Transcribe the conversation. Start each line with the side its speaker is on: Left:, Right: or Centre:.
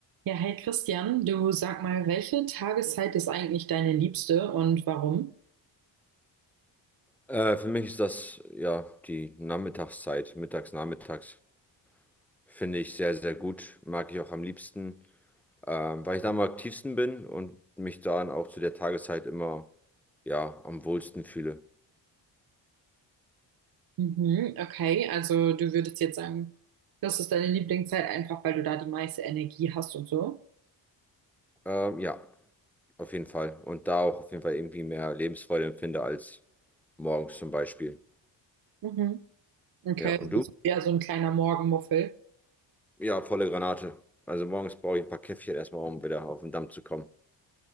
Right: Ja, hey Christian, du sag mal, welche Tageszeit ist eigentlich deine liebste und warum?
Centre: Äh, für mich ist das ja die Nachmittagszeit, mittags, nachmittags. Finde ich sehr, sehr gut. Mag ich auch am liebsten, ähm, weil ich da am aktivsten bin und mich dann auch zu der Tageszeit immer ja, am wohlsten fühle.
Right: Mhm, okay, also du würdest jetzt sagen, das ist deine Lieblingszeit einfach, weil du da die meiste Energie hast und so.
Centre: Ähm, ja, auf jeden Fall. Und da auch auf jeden Fall irgendwie mehr Lebensfreude empfinde als morgens zum Beispiel.
Right: Mhm. Okay,
Centre: Ja,
Right: du
Centre: und
Right: bist
Centre: du?
Right: eher so ein kleiner Morgenmuffel.
Centre: Ja, volle Granate. Also morgens brauche ich ein paar Käffchen erstmal, um wieder auf den Damm zu kommen.